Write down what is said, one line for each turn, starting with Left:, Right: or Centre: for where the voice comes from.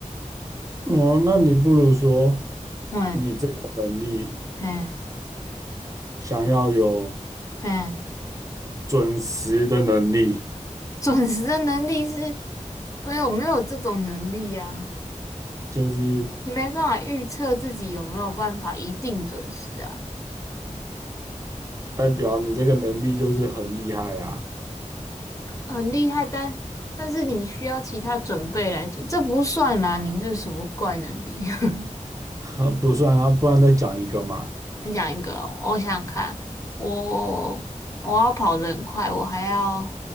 Right: 哦，那你不如说
Left: 嗯
Right: 你这个能力
Left: 嗯
Right: 想要有
Left: 嗯
Right: 准时的能力，
Left: <laughs>，准时的能力是没有没有这种能力啊，
Right: 就是
Left: 你没办法预测自己有没有办法一定准时啊。
Right: 嗯代表你这个能力就是很厉害啊。
Left: 很厉害，但但是你需要其他准备来准，这不算啦，你这什么怪能力？<laughs>
Right: 呵不算啊，不然再讲一个嘛。
Left: 再讲一个哦我想想看，我我要跑得很快，我还要